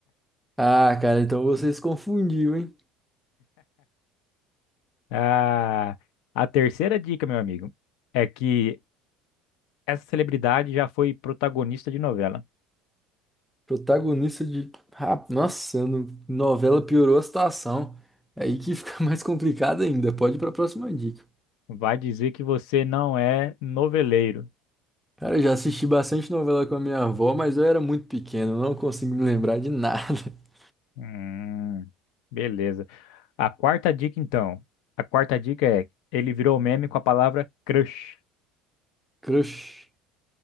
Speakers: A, in the centre; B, on the left.
A: Ah, cara, então você se confundiu, hein?
B: Ah, a terceira dica, meu amigo, é que essa celebridade já foi protagonista de novela.
A: Protagonista de. Ah, nossa, no- novela piorou a situação. É Aí que fica <laughs> mais complicado ainda. Pode ir pra próxima dica.
B: Vai dizer que você não é noveleiro.
A: Cara, eu já assisti bastante novela com a minha avó, mas eu era muito pequeno, não consigo me lembrar de nada. <laughs>
B: Hum, beleza. A quarta dica, então. A quarta dica é: ele virou meme com a palavra crush.
A: Crush.